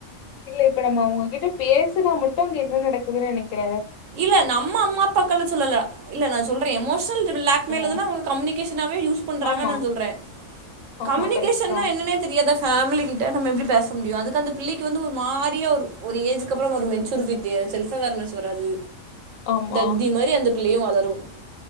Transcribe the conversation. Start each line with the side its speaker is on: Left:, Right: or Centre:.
Left: இல்ல இப்ப நாம அவுங்ககிட்ட பேசுனா மட்டும் அங்க என்ன நடக்குதுன்னு நெனைக்கிற
Right: இல்ல நம்ம அம்மா அப்பாக்கள சொல்லல இல்ல நான் சொல்றே எமோஷனல் பிளாக் மெயில
Left: ம்
Right: தான அவுங்க கம்யூனிகேஷனாவே யூஸ் பண்றாங்கனு
Left: ஆமா
Right: நா சொல்றேன்
Left: ஆமா
Right: கம்யூனிகேஷன்னா
Left: கரெக்ட் தா
Right: என்னனே தெரியாத ஃபேமிலி கிட்ட நம்ம எப்டி பேச முடியும் அதுக்கு அந்த பிள்ளைக்கு வந்து ஒரு மாறியா ஒரு ஏஜ் அதுக்கப்பறம் ஒரு மெச்சூரிட்டி பே செல்ப்‌ அவார்னஸ்‌ வராது
Left: ஆமா
Right: தத்தி மாரி அந்த பிள்ளையும் வளரும்